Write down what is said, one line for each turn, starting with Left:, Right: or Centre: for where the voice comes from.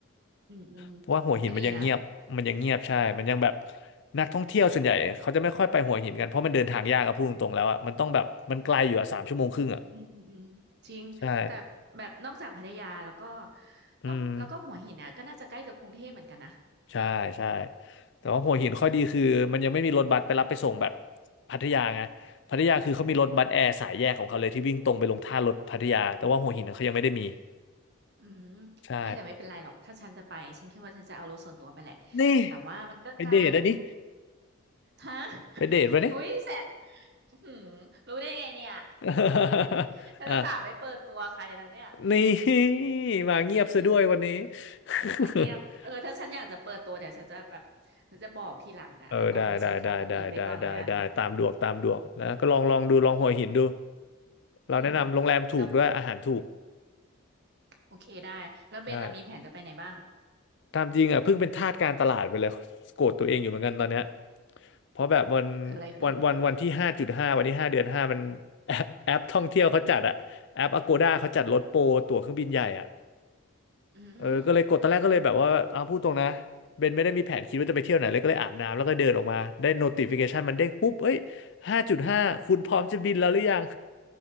Right: อืมอืม
Left: เพราะว่าหัวหินมันยังเงียบมันยังเงียบใช่มันยังแบบ
Right: ก็ดีนะ
Left: นักท่องเที่ยวส่วนใหญ่เขาจะไม่ค่อยไปหัวหินกันเพราะมันเดินทางยากอะพูดตรงๆแล้วอะมันต้องแบบมันไกลอยู่อะสามชั่วโมงครึ่งอะ
Right: อืมอืมจริงแต่แบบนอกจากพัทยาแล้วก็
Left: ใช่อืม
Right: นอกแล้วก็หัวหินอ่ะก็น่าจะใกล้กับกรุงเทพเหมือนกันนะ
Left: ใช่ใช่แต่ว่าหัวหินข้อดีคือมันยังไม่มีรถบัสไปรับไปส่งแบบ
Right: อืมอืม
Left: พัทยาไงพัทยาคือเขามีรถบัสแอร์สายแยกของเขาเลยที่วิ่งตรงไปลงท่ารถพัทยาแต่ว่าหัวหินเขายังไม่ได้มี
Right: อืมอืม
Left: ใช่
Right: ไม่แต่ไม่เป็นไรหรอกถ้าฉันจะไปฉันคิดว่าฉันจะเอารถส่วนตัวไปแหละ
Left: นี่
Right: แต่ว่ามันก็ไกล
Left: ไปเดทอันนี้
Right: ฮะ
Left: ไปเดทวะนนี่
Right: อุ้ยแสบอื้อหือรู้ได้ไงเนี่ย
Left: <laughs>
Right: <laughs> ฉันอุตส่าห์ไม่เปิดตัวใครนะเนี่ย
Left: อ่ะนี่
Right: อื
Left: มาเงียบซะด้วยวันนี้
Right: ม
Left: <laughs>
Right: มาเงียบเออ ถ้าฉันอยากจะเปิดตัวเดี๋ยวฉันจะแบบ ฉันจะบอกทีหลังนะ
Left: เออได้ได้ได้ได้ได้ได้ได้ตามดวกตามดวกแล้วก็ลองลองดูลองหัวหินดู
Right: แต่ตอนนี้ฉันขออุบอิบไปก่อนแล้วกันอืม
Left: เราแนะนำโรงแรมถูกด้วยอาหารถูก
Right: แล้วโอเคได้แล้วเบนเรามีแผนจะไปไหนบ้าง
Left: ใช่ตามจริงอ่ะเพิ่งเป็นทาสการตลาดไปเลยโกรธตัวเองอยู่เหมือนกันตอนเนี้ยเพราะแบบวัน
Right: เกิดอะไรขึ้น
Left: วันวันวันที่ห้าจุดห้าวันที่ห้าเดือนห้ามันแอปแอปท่องเที่ยวเขาจัดอะแอปอ g กด้าเขาจัดลดโปรตั๋วเครื่องบินใหญ่อะ
Right: อืม
Left: เออก็เลยกดตอนแรกก็เลยแบบว่าอ่าพูดตรงนะเบนไม่ได้มีแผนคิดว่าจะไปเที่ยวไหนเลยก็เลยอาบน้ำแล้วก็เดินออกมา ได้ notification มันเด้งปุ๊บเอ้ยห้าจุดห้าคุณพร้อมจะบินแล้วหรือยัง